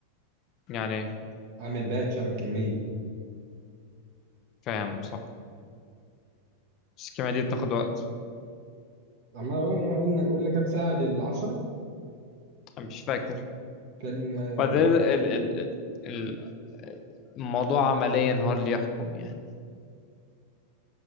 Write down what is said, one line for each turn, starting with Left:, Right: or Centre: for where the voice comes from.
Left: يعني
Right: اعمل باتش اعمل كميه
Left: فاهم صح بس الكيمياء دي بتاخد وقت
Right: اما قلنا قلنا كام ساعه للعشرة
Left: انا مش فاكر
Right: كان آه،
Left: بعدين ال ال ال الموضوع عمليا هو اللي يحكم يعني